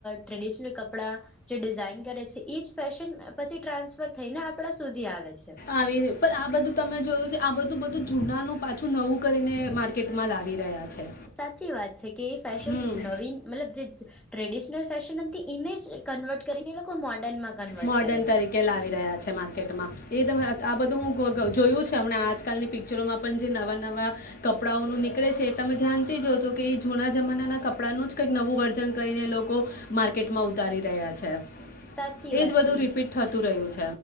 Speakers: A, in the centre; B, on the left.
A: ટ્રેડિશનલ કપડાં, જે ડિઝાઇન કરે છે એ જ ફેશન પછી ટ્રાન્સફર થઈને આપણા સુધી આવે છે.
B: આવી રી પણ આ બધું તમે જોયું છે આ બધ બધું જૂનાનું પાછું નવું કરીને માર્કેટમાં લાવી રહ્યા છે
A: સાચી વાત છે કે એ ફેશન
B: હમ
A: નવીન મતલબ જેજ ટ્રેડિશનલ ફેશન હતી એને જ કન્વર્ટ કરીને એ લોકો મોર્ડર્નમાં કન્વર્ટ
B: મોર્ડન
A: કરે
B: તરીકે
A: છે
B: લાવી રહ્યા છે માર્કેટમાં. એ તમે આ બધું હું ક જોયું છે હમણાં આજકાલની પિક્ચરોમાં પણ જે નવાં-નવાં કપડાંઓનું નીકળે છે, એ તમે ધ્યાનથી જજો કે ઈ જૂના જમાનાનાં કપડાંનું જ કંઈક નવું વર્ઝન કરીને એ લોકો માર્કેટમાં ઉતારી રહ્યા છે.
A: સાચી
B: એજ
A: વાત
B: બધું
A: છે
B: રિપીટ
A: એ
B: થતું રહ્યું છે.